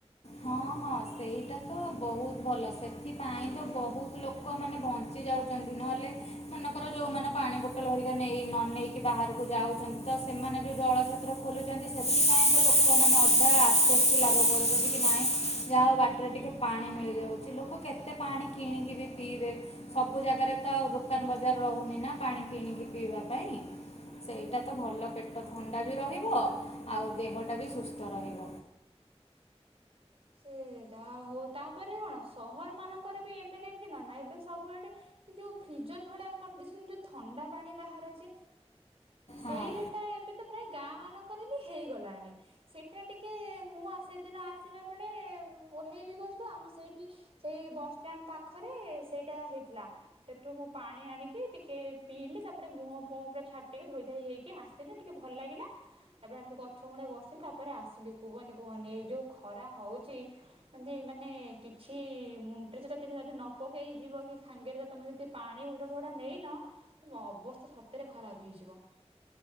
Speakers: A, on the left; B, on the right.
A: ହଁ ହଁ, ସେଇଟା ତ ବହୁତ ଭଲ। ସେଥିପାଇଁ ଅନେକ ଲୋକ ଉପକୃତ ହେଉଛନ୍ତି। ଯେଉଁମାନେ ପାଣି ବୋତଲ ସାଙ୍ଗରେ ନେଇ ବାହାରକୁ ଯାଇନଥାନ୍ତି, ସେମାନଙ୍କ ପାଇଁ ଏହି ଜଳଛତ୍ର ବହୁତ ସାହାଯ୍ୟକାରୀ ହୁଏ। ସେଠାରେ ପାଣି, ଦହିପାଣି କିମ୍ବା ଲେମ୍ବୁ ଶରବତ ପିଇ ଲୋକମାନେ ବହୁତ ଆଶ୍ୱସ୍ତି ଓ ଆରାମ ଅନୁଭବ କରନ୍ତି। ଯାହା ହେଉ, ବାଟରେ ଟିକେ ପାଣି ମିଳିଯାଉଛି, ସେଇଟା ହିଁ ବଡ଼ କଥା। ଲୋକମାନେ କେତେ ବା ପାଣି କିଣିକି ପିଇବେ? ସବୁ ଜାଗାରେ ଦୋକାନ ବଜାର ମଧ୍ୟ ନଥାଏ। ସେଥିପାଇଁ ବାଟରେ ଜଳଛତ୍ରରେ ମିଳୁଥିବା ପାଣି ଓ ଶରବତ ଯାତ୍ରୀମାନଙ୍କ ପାଇଁ ବହୁତ ଉପକାରୀ ହୁଏ। ତ ଭଲ ପେଟ
B: ହଁ
A: ଥଣ୍ଡା ବି ରହିବ। ଆଉ ଦେହଟା ବି ସୁସ୍ଥ ରହିବ।
B: ସେ ଯାହା ହେଉ, ଏବେ ସହରମାନଙ୍କରେ ମଧ୍ୟ ଦେଖୁଛ ନା? ସବୁଆଡେ ଫ୍ରିଜ୍‌ ଭଳି ଥଣ୍ଡା ପାଣି ମିଳୁଥିବା ପାଣି ବଣ୍ଟନ ମେସିନ୍‌ ଲଗାଇ ଦେଇଛନ୍ତି। ସେଠାରୁ ଲୋକମାନେ ସହଜରେ ଥଣ୍ଡା ପାଣି ପିଇପାରୁଛନ୍ତି। ସେଇ
A: ହଁ।
B: ଗୋଟାଏ ଏବେ ତ ପ୍ରାୟ ଗାଁ ବାଲାଙ୍କର ବି ହେଇଗଲା ଲାଇନ ସେଦିନ ଟିକେ ମୁଁ ସେଦିନ ଆସି ଆସିଲା ବେଳେ ଓହ୍ଲେଇଲି ବସରୁ ଆଉ ସେଇଠି ସେ ବସ ଷ୍ଟାଣ୍ଡ ପାଖରେ ସେଇଟା ହେଇଥିଲା ହେଠୁ ମୁଁ ପାଣି ଆଣିକି ଟିକେ ପିଇଲି, ତାପରେ ମୁହଁ ଫୁହଁ ପୁରା ଛାଟିକି ଧୋଇଧାଇ ହେଇକି ଆସିଲି ଟିକେ ଭଲଲାଗିଲା ତାପରେ ହେଠୁ ଗଛ ମୂଳେ ଆସିକି ବସିଲି ତାପରେ ଆସିଲି କୁହନି କୁହନି ଏଇ ଜଉ ଖରା ହଉଛି ଜିନ୍ତି ମାନେ କିଛି ମୁଣ୍ଡରେ ଯଦି ନପକେଇକି ଯିବକି ସାଙ୍ଗରେ ଯଦି ପାଣି ବୋତଲ ନେଇନ ତୁମ ଅବସ୍ଥା ସତରେ ଖରାପ ହେଇଯିବ।